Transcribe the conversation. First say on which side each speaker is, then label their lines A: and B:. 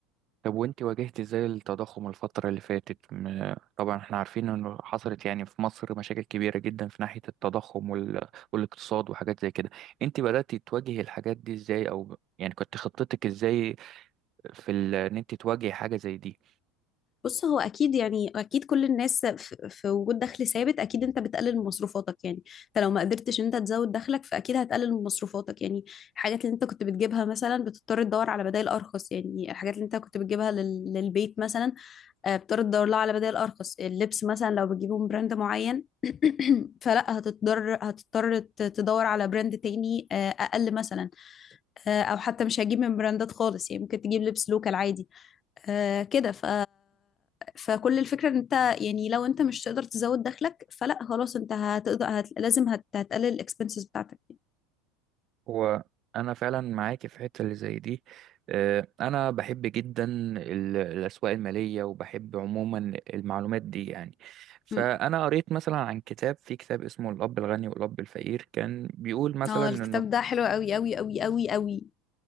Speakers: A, on the right; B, on the left.
A: طب وانت واجهت ازاي التضخم الفترة اللي فاتت م- طبعا احنا عارفين انه حصلت يعني في مصر مشاكل كبيرة جدا في ناحية التضخم وال... والاقتصاد وحاجات زي كده انت بدأتي تواجهي الحاجات دي ازاي او يعني كنت خطتك ازاي في ال... ان انت تواجهي حاجة زي دي
B: بص هو اكيد يعني اكيد كل الناس ف- في وجود دخل ثابت اكيد انت بتقلل من مصروفاتك يعني انت لو ما قدرتش إن انت تزود دخلك فاكيد هتقلل من مصروفاتك يعني الحاجات اللي انت كنت بتجيبها مثلا بتضطر تدور على بدائل ارخص يعني الحاجات اللي انت كنت بتجيبها لل- للبيت مثلا آه، بتضطر تدور لها على بدائل ارخص اللبس مثلا لو بتجيبه من براند معين <clears throat> فلا هتضطر هتضطر ت- تدور على براند تاني آه، اقل مثلا آه، او حتى مش هجيب من براندات خالص يعني ممكن تجيب لبس لوكال عادي آه كده ف... فكل الفكرة ان انت يعني لو انت مش تقدر تزود دخلك فلا خلاص انت هتقدر هت... لازم هت... هتقلل الاكسبنسز بتاعتك يعني.
A: هو انا فعلا معاك في حته اللي زي دي آه، انا بحب جدا ال- الاسواق الماليه وبحب عموما المعلومات دي يعني فانا
B: مم.
A: قريت مثلا عن كتاب في كتاب اسمه الاب الغني والاب الفقير كان بيقول مثلا
B: اه
A: انه
B: الكتاب ده حلو قوي قوي قوي قوي قوي